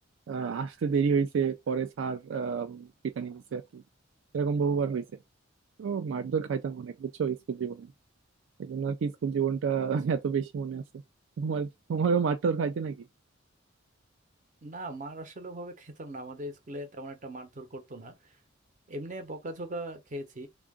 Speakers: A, on the right; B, on the right.
A: আহ, আসতে দেরি হয়েছে পরে স্যার আহ, পিটানি দিছে আর কি এরকম বহুবার হয়েছে তো মারধর খাইতাম অনেক বুঝছো স্কুল জীবনে এই জন্য আর কি স্কুল জীবনটা
B: আচ্ছা
A: <laughs> এত বেশি মনে আছে তোমার তোমারও মারধর খাইতে নাকি
B: না মার আসলে ভাবে খেতাম না আমাদের স্কুলে তেমন একটা মারধর করতো না এমনি বকাঝকা খেয়েছি